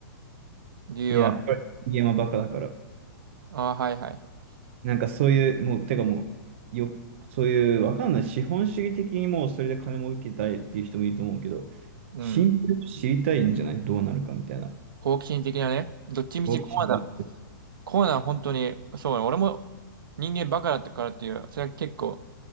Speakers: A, on the right; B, on the right.
A: 理由は。
B: いや、やっぱり人間はバカだから。
A: ああ、はいはい。
B: なんかそういう、もう、てかもう、よ、そういう、わかんない。資本主義的にもうそれで金儲けたいっていう人もいると思うけど、
A: うん。
B: シンプルに知りたいんじゃないどうなるかみたいな。
A: 好奇心的なね。どっちみちコアな、
B: 好奇心があって。
A: コアな本当に、そうね。俺も人間バカだったからっていう、それは結構